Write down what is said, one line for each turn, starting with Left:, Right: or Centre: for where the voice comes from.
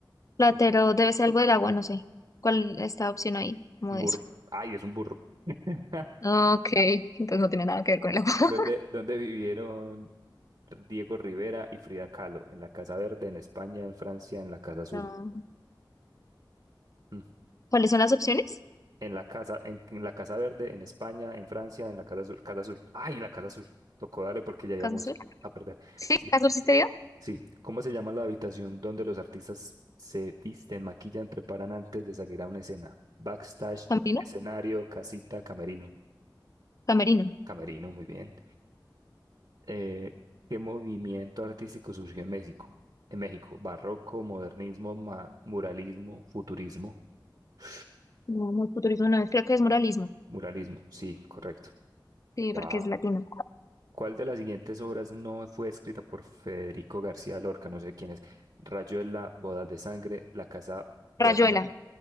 Left: Platero
Right: Eh, c-
Left: debe ser algo del agua, no sé. ¿Cuál está la opción ahí? Como
Right: Burro.
Left: de eso.
Right: Ay, es un burro. <laughs>
Left: Ok, entonces no tiene nada que ver con el agua.
Right: ¿Dónde, dónde vivieron Diego Rivera y Frida Kahlo? En la Casa Verde, en España, en Francia, en la Casa Azul.
Left: No.
Right: Mm.
Left: ¿Cuáles son las opciones?
Right: En la casa, en, en la Casa Verde, en España, en Francia, en la Casa Azul, Casa Azul. Ay, en la Casa Azul. Tocó darle porque ya íbamos
Left: Casasol.
Right: a perder.
Left: Sí,
Right: Sí,
Left: Casasol sí te
Right: sí. ¿Cómo se llama la habitación donde los artistas se visten, maquillan, preparan antes de salir a una escena? Backstage,
Left: Camerino,
Right: escenario, casita, camerino.
Left: Camerino.
Right: Camerino, muy bien. Eh, ¿qué movimiento artístico surgió en México? En México, barroco, modernismo, ma- muralismo, futurismo. <sighs>
Left: No, no, futurismo no es, creo que es muralismo,
Right: Muralismo, sí, correcto.
Left: sí,
Right: Wow.
Left: porque es latino.
Right: ¿Cuál de las siguientes obras no fue escrita por Federico García Lorca? No sé quién es. Rayuela, Bodas de Sangre, La Casa Bernard.
Left: Rayuela,